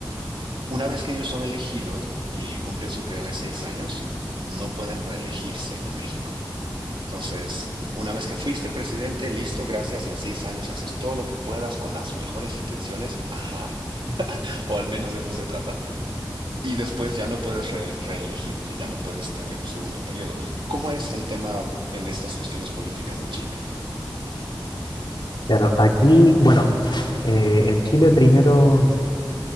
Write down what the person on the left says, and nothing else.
Claro, aquí, bueno, eh, en Chile primero